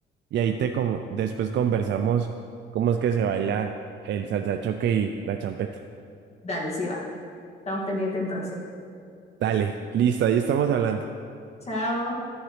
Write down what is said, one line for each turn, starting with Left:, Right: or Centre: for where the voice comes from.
Right: y ahí te como después conversamos cómo es que se baila el salsa choque y la champeta.
Left: Dale, sí va. Estamos pendientes entonces.
Right: Dale, listo, ahí estamos hablando.
Left: Chao.